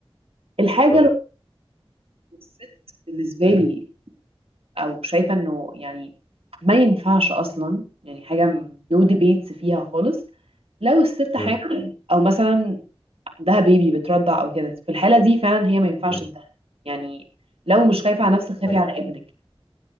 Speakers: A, on the right; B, on the left.
A: الحاجه
B: اه
A: لو الست بالنسبه لي او شايفه انه يعني ما ينفعش اصلا يعني حاجه نو ديبيتس فيها خالص لو الست حامل
B: مم.
A: او مثلا عندها بيبي بترضع او كده في الحاله دي فعلا هي ما ينفعش
B: مم.
A: تدخن يعني لو مش خايفه على نفسك خافي
B: أي.
A: على ابنك